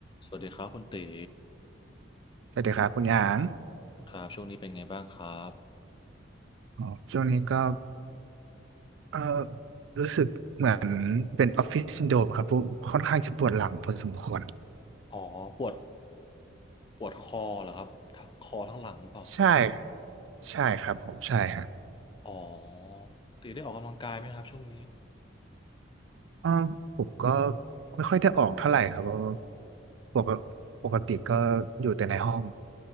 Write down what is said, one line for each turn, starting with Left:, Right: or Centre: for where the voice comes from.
Left: สวัสดีครับคุณตี
Right: สวัสดีครับคุณหยาง
Left: ครับช่วงนี้เป็นไงบ้างครับ
Right: อ๋อช่วงนี้ก็เออรู้สึกเหมือนเป็นออฟฟิศซินโดรมครับผค่อนข้างจะปวดหลังพอสมควร
Left: อ๋อปวดปวดคอเหรอครับทั้งคอทั้งหลังหรือเปล่าครับ
Right: ใช่ใช่ครับผมใช่ฮะ
Left: อ๋อตีได้ออกกำลังกายไหมครับช่วงนี้
Right: เออผมก็ไม่ค่อยได้ออกเท่าไหร่ครับเพราะว่าปกปกติก็อยู่แต่ในห้อง